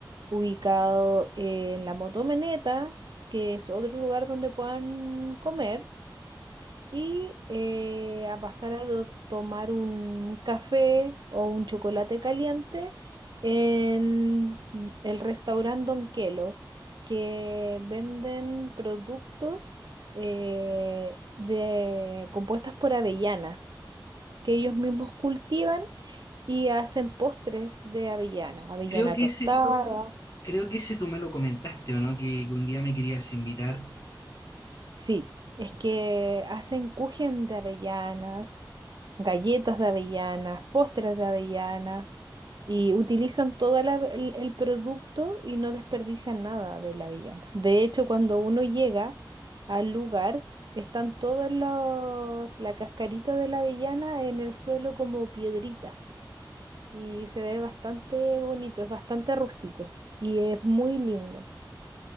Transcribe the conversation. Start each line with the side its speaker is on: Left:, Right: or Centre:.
Right: ubicado en la Motomeneta, que es otro lugar donde puedan comer y eh, a pasar a do- tomar un café o un chocolate caliente en el restaurante Don Quelo, que venden productos eh, de, compuestas por avellanas, que ellos mismos cultivan y hacen postres de avellana, avellana
Left: Creo que
Right: tostada,
Left: ese Creo que ese tú me lo comentaste, ¿o no? Que, que un día me querías invitar.
Right: sí. Es que hacen kuchen de avellanas, galletas de avellanas, postres de avellanas y utilizan todo el, ave- el- el producto y no desperdician nada de la avellana. De hecho, cuando uno llega al lugar, están todos los, la cascarita de la avellana en el suelo como piedrita y se ve bastante bonito, es bastante rústico y es muy lindo.